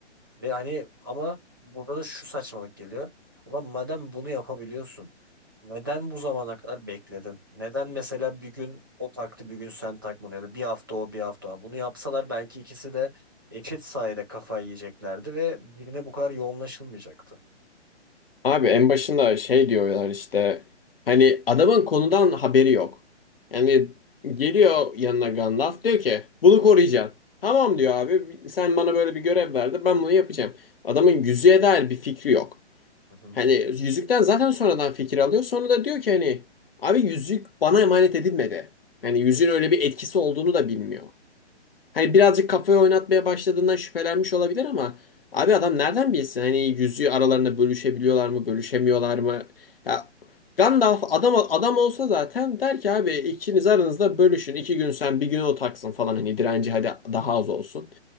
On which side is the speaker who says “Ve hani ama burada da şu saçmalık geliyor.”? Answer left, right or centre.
Right